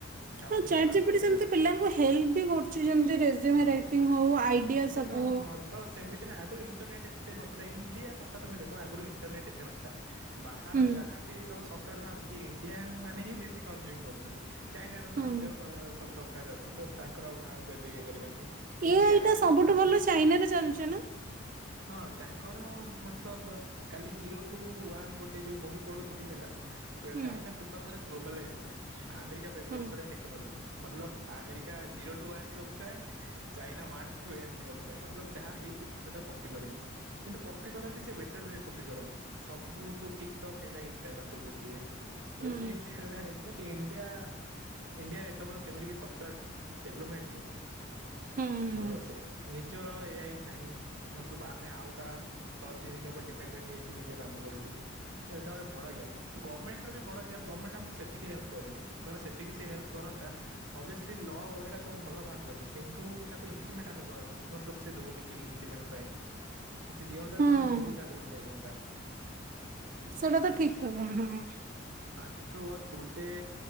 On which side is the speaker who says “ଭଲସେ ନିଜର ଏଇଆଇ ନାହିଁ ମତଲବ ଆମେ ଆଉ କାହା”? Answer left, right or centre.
Right